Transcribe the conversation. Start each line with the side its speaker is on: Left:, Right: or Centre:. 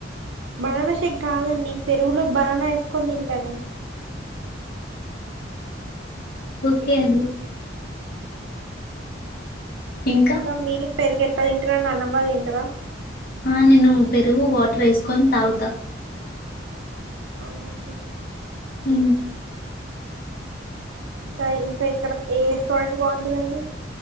Right: banana shake కాదండి పెరుగులో బనానా వేసుకొని తింటాను
Left: ఓకే అండి ఇంకా
Right: ఇకా మీరు పేరుకి ఎట్లా తింటారాడి ఆనం లో తింటారా.
Left: ఆ నేను పెరుగు వాటర్ వేసుకొని తాగుతా
Right: అవునా అండి
Left: హ
Right: ఇంకా ఇంకా ఇక్కడ ఏ రెస్టారెంట్ బాగుంటుందండి